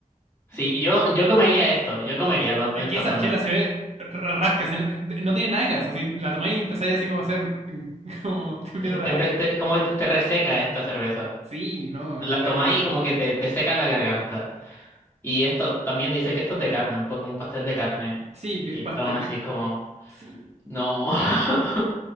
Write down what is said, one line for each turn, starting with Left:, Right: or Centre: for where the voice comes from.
Left: Sí, yo, yo comería esto. Yo comería los-
Right: Es
Left: estos
Right: que esa
Left: donuts.
Right: chela se ve ra- rasca, se no, de- no tiene nada de gas, así la tomáis y empezáis así como a hacer, <laughs> como te empieza
Left: Eh,
Right: a dar
Left: Te,
Right: asco.
Left: empe- te- como que te te reseca esta cerveza.
Right: Sí, no,
Left: La
Right: está
Left: tomáis
Right: asquerosa.
Left: y como que te, te seca la garganta. Y esto también dice que esto es de carne, un poco como un pastel de carne.
Right: Sí, beef
Left: Y
Right: pastel,
Left: está aún así
Right: eh,
Left: como...
Right: sí.
Left: No, <laughs>